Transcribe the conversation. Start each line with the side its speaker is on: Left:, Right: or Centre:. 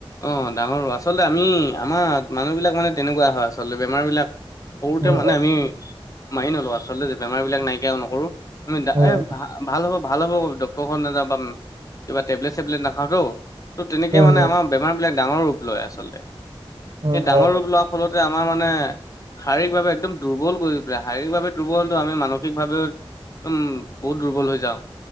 Left: অঁ ডাঙৰো, আচলতে আমি আমাৰ মানুহবিলাক মানে তেনেকুৱা হয় আচলতে বেমাৰবিলাক সৰুতে
Right: উম
Left: মানে আমি মানি নলোও আচলতে যে বেমাৰ বিলাক নাইকিয়াও নকৰো আমি
Right: উম
Left: এ ভাল ভাল হ'ব, ভাল হ'ব ডক্তৰ ঘৰত নযা পাম, কিবা টেবলেট-চেবলেট নাখাওতো। তো তেনেকৈ
Right: উম
Left: মানে
Right: উম
Left: আমাৰ বেমাৰবিলাক ডাঙৰ ৰূপ লয় আচলতে,
Right: উম,
Left: সেই ডাঙৰ
Right: হয় হয়
Left: ৰূপ লোৱা ফলতে আমাৰ মানে শাৰীকভাৱে একদম দুৰ্বল কৰি পেলাই, শাৰীকভাৱে দুৰ্বলতো আমি মানসিকভাৱেও একদম বহুত দুৰ্বল হৈ যাওঁ।